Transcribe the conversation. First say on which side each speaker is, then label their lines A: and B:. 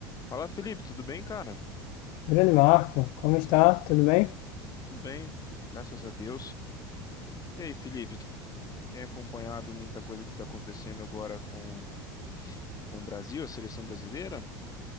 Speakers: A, on the left; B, on the left.
A: Fala, Felipe, tudo bem, cara?
B: Grande Marco, como está? Tudo bem?
A: Tudo bem, graças a Deus. E aí, Felipe, tem acompanhado muita coisa que está acontecendo agora com, com o Brasil, a seleção brasileira?